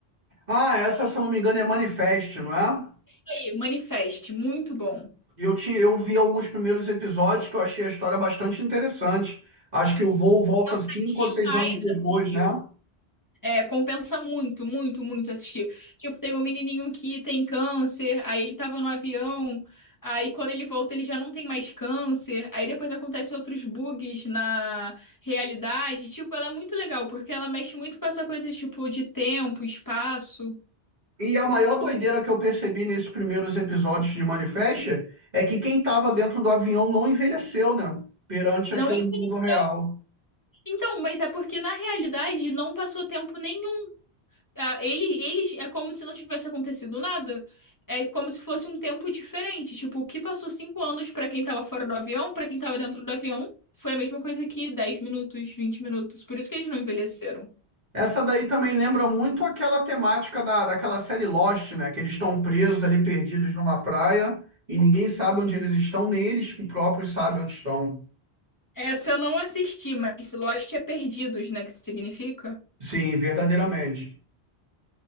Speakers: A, on the right (about 40°); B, on the left (about 20°).
A: Ah, essa, se eu não me engano, é Manifest, não é?
B: aí, Manifest, muito bom.
A: E eu, te, eu vi alguns primeiros episódios que eu achei a história bastante interessante. Acho que o voo volta
B: Compensa
A: cinco
B: demais
A: ou seis anos depois,
B: assistir.
A: né?
B: É, compensa muito, muito, muito assistir. Tipo, tem um menininho que tem câncer, aí ele tava no avião, aí quando ele volta ele já não tem mais câncer, aí depois acontecem outros bugs na realidade. Tipo, ela é muito legal, porque ela mexe muito com essa coisa, tipo, de tempo, espaço.
A: E a maior doideira que eu percebi nesses primeiros episódios de Manifest é que quem estava dentro do avião não envelheceu, né? Perante
B: Não
A: aqui o
B: envelheceu.
A: mundo real.
B: Então, mas é porque na realidade não passou tempo nenhum Ah, Ele, ele é como se não tivesse acontecido nada. É como se fosse um tempo diferente. Tipo, o que passou cinco anos pra quem tava fora do avião, pra quem tava dentro do avião, foi a mesma coisa que 10 minutos, 20 minutos. Por isso que eles não envelheceram.
A: Essa daí também lembra muito aquela temática da, daquela série Lost, né? Que eles estão presos ali, perdidos numa praia, e ninguém sabe onde eles estão, nem eles próprios sabem onde estão.
B: Essa eu não assisti, mas Lost é perdidos, né? Que significa?
A: Sim, verdadeiramente.